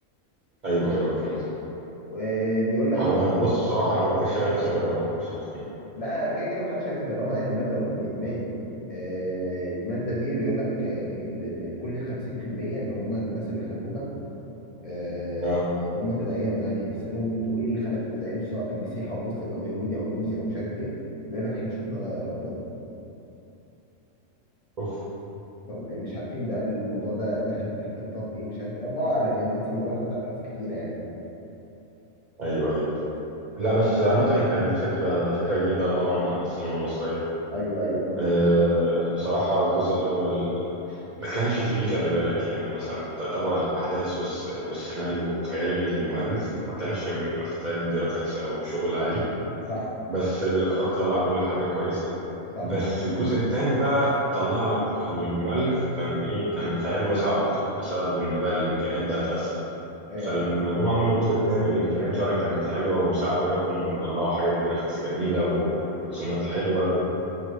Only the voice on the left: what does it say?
آه، بيقول لك
بقى
لا كده كده محدش عايز يجربها يعني المادة ما إدمان آه، المادة دي اللي بيقول لك يعني ل- كل ال 50% اللي هم الناس اللي خدوها آه،
اللي هم تدينوا يعني بيسألوهم انتوا ايه اللي خلاكم تدينتوا سواء كان مسيحي أو مسلم أو يهودي أو بوذي أو مش عارف ايه بيقول لك احنا شفنا ربنا
مش عارفين بقى الموضوع ده داخل تحت نطاق ايه مش عارف ايه الله اعلم يعني لسه الموضوع تحت ابحاث كتيره يعني
ايوه ايوه اه
صح
صح
ايوه
ده حقيقي.